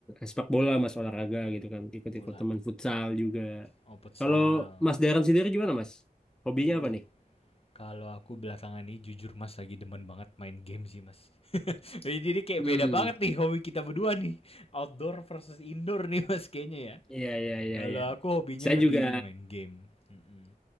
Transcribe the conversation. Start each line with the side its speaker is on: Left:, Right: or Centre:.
Centre: sepak bola mas olahraga gitu kan. Ikut-ikut
Left: bola
Centre: teman futsal juga.
Left: oh futsal.
Centre: Kalau mas Darren sendiri gimana mas? Hobinya
Left: Waduh,
Centre: apa nih?
Left: kalau aku belakangan ini jujur Mas lagi demen banget main game sih Mas. <laughs> Jadi kayak
Centre: Hmm,
Left: beda banget nih hobi kita berdua nih. Outdoor versus indoor nih Mas kayaknya ya.
Centre: iya iya iya
Left: Kalau
Centre: iya.
Left: aku hobinya
Centre: Saya
Left: lebih
Centre: juga
Left: main game. Mm-mm.